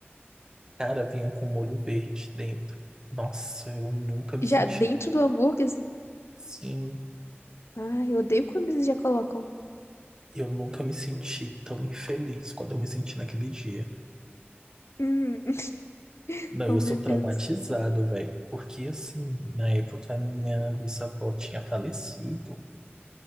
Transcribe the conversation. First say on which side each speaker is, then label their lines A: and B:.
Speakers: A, on the right; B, on the left.
A: Cara, vinha com molho verde dentro. Nossa, eu nunca me
B: Já
A: senti.
B: dentro do hambúrguer, assim,
A: Sim,
B: ai, eu odeio quando eles já colocam.
A: eu nunca me senti tão infeliz quando eu me senti naquele dia.
B: Hum. <laughs>
A: Não,
B: Oh,
A: eu
B: meu
A: sou
B: Deus.
A: traumatizado, velho. Porque, assim, na época a minha bisavó tinha falecido.